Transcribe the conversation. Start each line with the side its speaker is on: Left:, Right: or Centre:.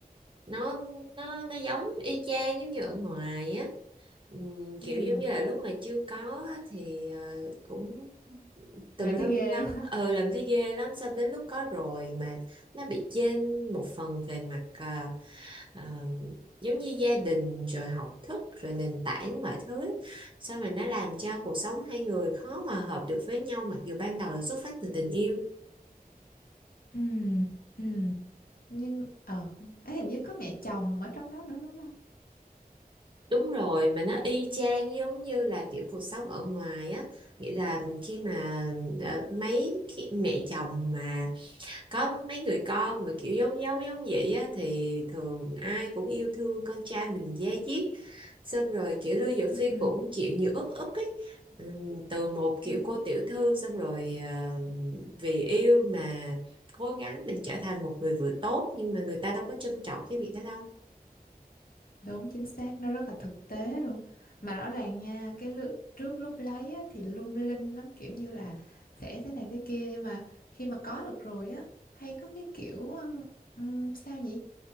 Right: Nó nó nó giống y chang giống như ở ngoài á Ừm,
Left: ừ,
Right: kiểu giống như là lúc mà chưa có á, thì ờ, cũng tùm
Left: làm
Right: lum
Left: thấy ghê
Right: lắm
Left: luôn
Right: ờ làm thấy ghê lắm xong đến lúc có rồi mà nó bị chênh một phần về mặt à, à, giống như gia đình rồi học thức rồi nền tảng mọi thứ xong rồi nó làm cho cuộc sống hai người khó hòa hợp được với nhau mặc dù ban đầu là xuất phát từ tình yêu
Left: <laughs> ừ ừ nhưng ờ ấy hình như có mẹ chồng ở trong đó nữa đúng không
Right: đúng rồi mà nó y chang giống như là kiểu cuộc sống ở ngoài á nghĩa là khi mà ờ, mấy khi mẹ chồng mà có mấy người con mà kiểu giống giống giống vậy á thì thường ai cũng yêu thương con trai mình da diết xong rồi kiểu Lưu Dược
Left: ừ
Right: Phi cũng chịu nhiều ức ức ấy Ừm, từ một kiểu
Left: ừ
Right: cô tiểu thư xong rồi à, vì yêu mà cố gắng để trở thành một người vợ tốt nhưng mà người ta đâu có trân trọng cái việc đó đâu
Left: Đúng chính xác, nó rất là thực tế luôn. Mà rõ ràng nha, cái lự- trước lúc lấy á, thì lung linh lắm kiểu như là sẽ thế này thế kia nhưng mà khi mà có được rồi á, hay có cái kiểu um, um, sao nhỉ?